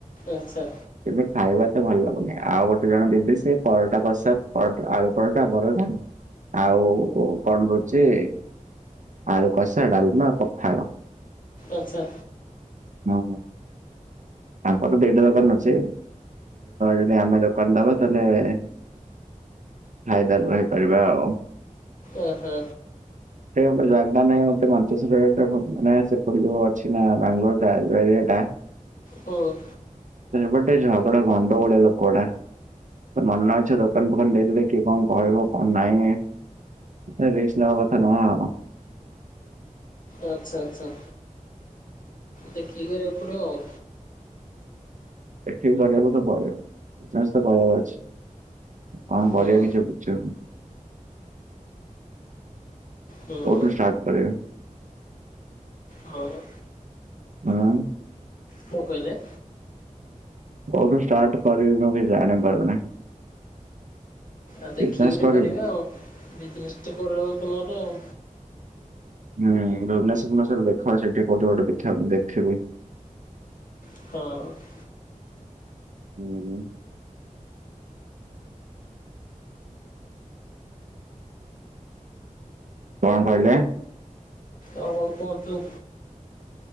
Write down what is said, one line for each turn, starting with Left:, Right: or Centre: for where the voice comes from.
Left: ଆଛା।
Right: ଏବେ ଖାଇବା ତ ଭଲ ଲାଗୁନି। ଆଉ ଗୋଟେ ଜଣ ଦିଦି ସେ ପରଟା ପ୍ରସାଦ ପରା ଆଳୁ ପରଟା ପରଟା ଆଉ କଣ ଦଉଚି ଆଳୁ କଷା ଡାଲମା ପଖାଳ।
Left: ଆଛା।
Right: <unintelligible> ତାଙ୍କର ଦି ଟା ଦୋକାନ ଅଛି। ଯଦି ଆମେ ଦୋକାନ ଦବା ତାହେଲେ ଫାଇଦାରେ ରହିପାରିବା ଆଉ।
Left: ଓ ହୋ।
Right: ସେ ଗୋଟ ଜାଗା ନାଇଁ ମତେ ମଞ୍ଚର ମାନେ ସେପଟେ ଯୋଉ ଅଛି ନା ବାଙ୍ଗାଲୋର ଟା ଯୋଉ ଏରିଆ ଟା।
Left: ହୁଁ।
Right: ସେ ପଟେ ଝଗଡ଼ ଗଣ୍ଡଗୋଳିଆ ଲୋକ ଗୁଡା। ତ ମନେ ଇଚ୍ଛା ଦୋକାନ ଦୋକାନ ଦେଇଦେବେ କିଏ କଣ କହିବ କଣ ନାହିଁ। ସେ ରିସ୍କ ନବା କଥା ନୁଁହ।
Left: ଆଛା ଆଛା। ଦେଖିକି କରିଆକୁ ପଢ଼ିବ ଆଉ।
Right: ଦେଖିକି କରିଆକୁ ପଢ଼ିବ ଆଉ। କର ଅଛି। କ କରଆ
Left: ହୁଁ
Right: କିଛି ବ ଆଛା।
Left: ହୁଁ
Right: କଉୋଠୁ ଷ୍ଟାର୍ଟ କରିବି
Left: ହଁ ବା।
Right: ହଁ।
Left: କଣ କହିଲେ?
Right: କୋଉଠୁ ଷ୍ଟାର୍ଟ କରିବି ମୁଁ କିଛି ଜାଣି ପାରୁନି।
Left: ଆଉ ଦେଖିକି
Right: ବିଜନେସ୍
Left: ଗ ଟେ
Right: କରିବି
Left: କରେ
Right: ହୁଁ
Left: ଆଉ। ବିଜନେସ ଟେ କରନ୍ତ ନହେଲେ ଆଉ।
Right: ହୁ ଭୁବନେଶର ଭବନେଶ୍ଵରରେ ଦେଖ ସେ ଟିକେ କହୁିବ। ମୁଁ ଦେଖିବି।
Left: ହଁ।
Right: ହୁଁ। କଣ କହିଲେ?
Left: ଆଉ କଣ କୁହନ୍ତୁ?